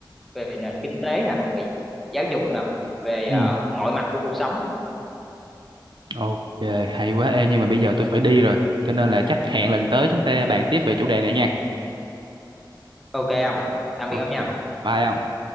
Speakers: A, in the centre; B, on the right (about 75°).
A: về nền kinh tế nè về giáo dục nè về
B: Ừ.
A: ờ, mọi mặt của cuộc sống
B: Ok, hay quá. Ê, nhưng mà bây giờ tôi phải đi rồi. Cho nên là chắc hẹn lần tới chúng ta bàn tiếp về chủ đề này nha.
A: ok không tạm
B: Ok,
A: biệt ông nha
B: bye không?